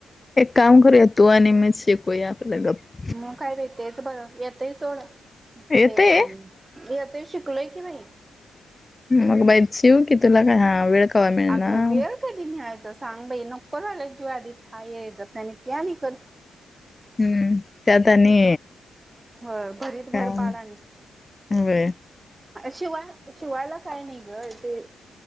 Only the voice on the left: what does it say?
एक काम करुया तू आणि मिच शिकूया आपलं गप्प.
येतंय
मग बाईच शिव की तुला आ वेळ कवा मिळणार
हम्म त्यात आणि
काय
नाही. व्हयं.